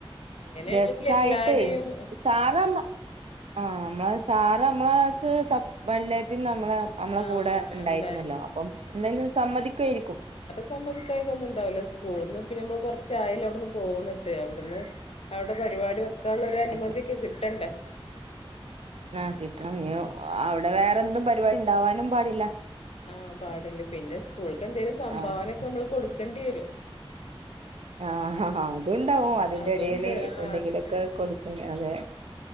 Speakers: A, on the left (about 85°); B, on the right (about 85°).
A: അങ്ങനെയാണെങ്കി
B: രസായിട്ട്
A: എല്ലാരെയും
B: സാറ് നമ്മ ആ നമ്മള സാറ് നമ്മളക്ക് സ വല്ലിയത നമ്മളും നമ്മളെ
A: ആ
B: കൂടെ ഉണ്ടായിരുന്നല്ലോ
A: ഉണ്ടായിരുന്നു
B: അപ്പം എന്തായാലും സമ്മതിക്കുആയിരിക്കും
A: സമ്മതിക്കായിക ഒന്നും ഉണ്ടാവില്ലോ സ്കൂളിൽ നിന്ന് പിന്നെ നമ്മൾ കുറച്ചായലോ അവിടെന്ന് പോന്നിട്ട് അവിടുന്ന് അവിടെ പരിപാടി വെക്കാനുള്ള ഒരു അനുമതി
B: അതെ
A: ഒക്കെ കിട്ടണ്ടേ
B: ആഹ് കിട്ടണം ന അവിടെ വേറെന്തും പരിവാടി ഉണ്ടാവാനും പാടില്ല
A: ആഹ് പാടില്ലേ പിന്നെ സ്കൂൾക്കെന്തേലും സംഭാവനൊക്കെ
B: ആഹ്
A: നമ്മള് കൊടുക്കെണ്ടി വരും
B: ആഹ് ആഹ് ആഹ് അത്ണ്ടാവും അതിന്റെ
A: അതുണ്ട്
B: ഇടേൽ
A: ആഹ്
B: എന്തെങ്കിലുമൊക്കെ
A: അതിന്റെ ഇടയില്
B: കൊടുക്കണ്ട അതെ